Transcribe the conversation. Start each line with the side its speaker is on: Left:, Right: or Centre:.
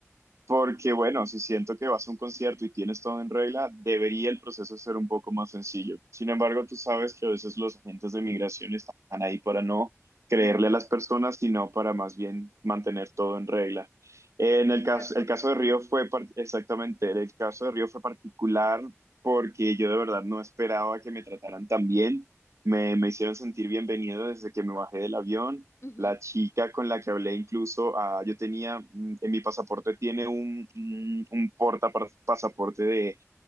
Right: Porque bueno, si siento que vas a un concierto y tienes todo en regla, debería el proceso ser un poco más sencillo. Sin embargo, tú sabes que a veces los agentes de migración están ahí para no creerle
Left: Ujú,
Right: a las personas, sino para más bien mantener todo en regla. En el
Left: Exacto.
Right: caso, el caso de Río fue par- exactamente, el caso de Río fue particular porque yo de verdad no esperaba que me trataran tan bien. Me, me hicieron sentir bienvenido desde que me bajé del avión.
Left: ujú.
Right: La chica con la que hablé incluso, ah, yo tenía, mm, en mi pasaporte tiene un, un, un porta par- pasaporte de